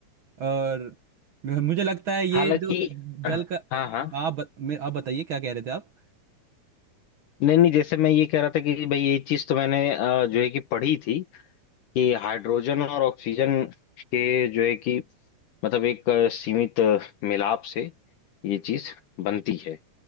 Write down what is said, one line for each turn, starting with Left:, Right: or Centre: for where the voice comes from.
Right: और मुझे लगता है ये
Left: हालांकि
Right: जो जल
Left: हाँ
Right: का हाँ,
Left: हाँ
Right: आप बत- मैं- आप बताइए क्या कह रहे थे आप
Left: नहीं नहीं जैसे मैं ये कह रहा था कि भाई ये चीज तो मैंने अ, जो है कि पढ़ी थी कि हाइड्रोजन और ऑक्सीजन के जो है कि मतलब एक अ, सीमित अ, मिलाप से ये चीज बनती है